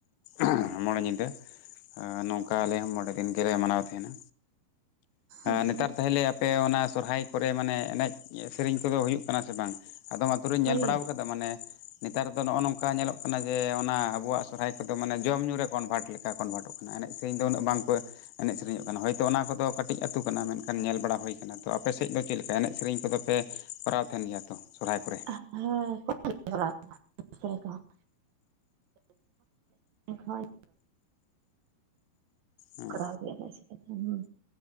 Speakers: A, on the left; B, on the right.
A: ᱚᱸᱜᱦᱸ ᱢᱚᱬᱮ ᱧᱤᱫᱟᱹ ᱱᱚᱝᱠᱟ ᱟᱞᱮᱦᱚ ᱢᱬᱮᱫᱤᱱ ᱜᱮᱞᱮ ᱢᱟᱱᱟᱣ ᱛᱟᱦᱮᱱᱟ᱾
B: ᱟᱪᱪᱷᱟ
A: ᱱᱮᱛᱟᱨ ᱛᱟᱦᱚᱞᱮ ᱟᱯᱮ ᱚᱱᱟ ᱥᱚᱨᱦᱟᱭ ᱠᱚᱨᱮ ᱢᱟᱱᱮ ᱮᱱᱮᱡ ᱥᱮᱨᱮᱧ ᱠᱚᱫᱚ ᱦᱩᱭᱩᱜ ᱠᱟᱱᱟ ᱥᱮ ᱵᱟᱝ ᱟᱫᱚ ᱯᱩᱨᱟᱹᱧ
B: ᱦᱳᱭ
A: ᱧᱮᱞ ᱵᱟᱲᱟᱣ ᱟᱠᱟᱫᱟ ᱢᱟᱱᱮ ᱱᱮᱛᱟᱨ ᱫᱚ ᱱᱚᱜᱼᱚ ᱱᱚᱝᱠᱟ ᱧᱮᱞᱚᱜ ᱠᱟᱱᱟ ᱡᱮ ᱚᱱᱟ ᱟᱵᱚᱣᱟᱜ ᱥᱚᱨᱦᱟᱭ ᱠᱚᱫᱚ ᱢᱟᱱᱮ ᱡᱚᱢ ᱧᱩ ᱨᱮ ᱠᱚᱱᱵᱷᱟᱴ ᱞᱮᱠᱟ ᱠᱚᱱᱵᱷᱟᱴᱚᱜ ᱠᱟᱱᱟ᱾ ᱮᱱᱮᱡ ᱥᱮᱨᱮᱧ ᱫᱚ ᱩᱱᱟᱹᱜ ᱵᱟᱝᱠᱚ ᱮᱱᱮᱡ ᱥᱮᱨᱮᱧᱚᱜ ᱠᱟᱱᱟ ᱦᱚᱳᱭᱛᱚ ᱚᱱᱟ ᱠᱚᱫᱚ ᱠᱟᱹᱴᱤᱡᱽ ᱟᱹᱛᱩ ᱠᱟᱱᱟ ᱢᱮᱱᱠᱷᱟᱱ ᱧᱮᱞ ᱵᱟᱲᱟ ᱦᱩᱭ ᱠᱟᱱᱟ ᱛᱚ ᱟᱯᱮᱥᱮᱫ ᱫᱚ ᱪᱮᱫ ᱞᱮᱠᱟ ᱮᱱᱮᱡ ᱥᱮᱨᱮᱧ ᱠᱚᱫᱚ ᱯᱮ ᱠᱚᱨᱟᱣ ᱛᱟᱦᱮᱱ ᱜᱮᱭᱟ ᱛᱚ ᱥᱚᱨᱦᱟᱭ ᱠᱚᱨᱮᱜ?
B: ᱦᱮᱸ ᱠᱚᱨᱟᱣ <unintelligible> ᱤᱧᱠᱷᱚᱡ
A: ᱦᱮᱸ
B: ᱠᱚᱨᱟᱣ ᱜᱮᱭᱟ ᱞᱮ ᱪᱤᱠᱟᱹ ᱛᱟᱦᱮᱱ᱾